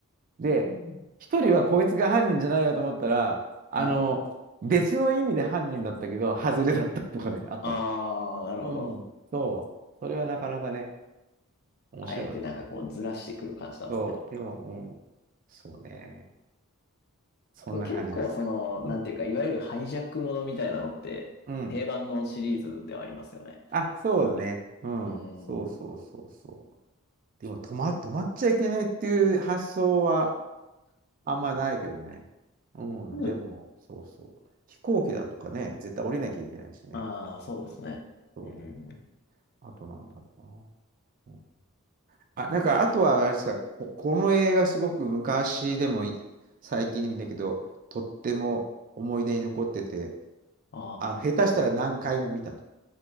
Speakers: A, on the right (about 40°); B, on the left (about 45°).
A: で、
B: うん。
A: 一人はこいつが犯人じゃないかと思ったら、
B: <laughs>
A: あの、
B: はい。
A: 別の意味で犯人だったけど、外れだったとかね、あったあったあった。
B: ああ、なるほど。
A: うん。そう。それはなかなかね、面白かったね。
B: あえてなんかこうずらしてくる感じなんですね。
A: そう、でも、うん。そうね。そんな感じです。
B: そう結構その、
A: うん。
B: なんていうか、いわゆるハイジャックものみたいなのって、
A: うん。
B: 定番のシリーズではありますよね。
A: あ、そうね。うん。
B: うーん。
A: そうそうそうそう。
B: う
A: でも、止ま、止まっちゃいけないっていう発想はあんまないけどね。うん。
B: ん
A: でも、そうそう。飛行機だとかね、絶対降りなきゃいけないしね。
B: ああ、そうですね。
A: うんそうだね。
B: うん。
A: あとなんだろうな。あ、なんか、あとは、あれですか、こ、この映画すごく昔でもい最近でもいいんだけど、とっても思い出に残ってて、
B: あ
A: あの、下手したら何回も見たとか、
B: あ、